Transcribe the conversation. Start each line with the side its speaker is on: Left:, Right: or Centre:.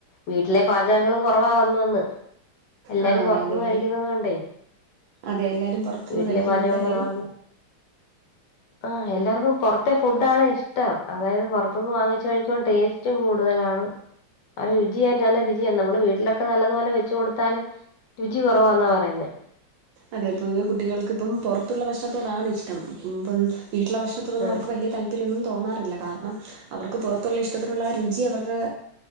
Left: വീട്ടിലെ പാചകങ്ങളും കുറവാ വന്നു വന്ന് എല്ലാരും
Right: ആ അതെ
Left: പുറത്തുന്ന്
Right: അതെ അതെ
Left: കഴിക്കുന്നത് കൊണ്ടേ
Right: അതെ എല്ലാരും പുറത്തുനിന്ന്
Left: വീട്ടിലെ
Right: കഴിക്കുന്നോണ്ട്
Left: പാചകം
Right: എല്ലാരും
Left: കുറവാണ് ആഹ എല്ലാർക്കും പുറത്തെ ഫുഡ ആാണ് ഇഷ്ടം അതായത് പുറത്ത നിന്ന് വാങ്ങിച്ചച്ച് കഴിക്കുമ്പം ടേസ്റ്റും കൂടുതലാണ് അ രുചിയായിട്ട് നല്ലരുചിയാണ് നമ്മള് വീട്ടിലൊക്കെ നല്ലതുപോലെ വെച്ച കൊടുത്താലും രുചി കുറവാന്നാ പറയുന്നേ
Right: അതെ പൊതുവെ കുട്ടികൾക്ക് ഇപ്പം പുറത്തുള്ള ഭക്ഷണത്തോടാണ് ഇഷ്ടം ഇപ്പം വീട്ടില ഭക്ഷണത്തൊന്നും
Left: ആ
Right: അവർക്ക് വലിയ താല്പര്യൊന്നും തോന്നാറില്ല കാരണം അവർക്ക് പുറത്തുള്ള ഇഷ്ടത്തിലുള്ള ആ രുചി അവരുടെ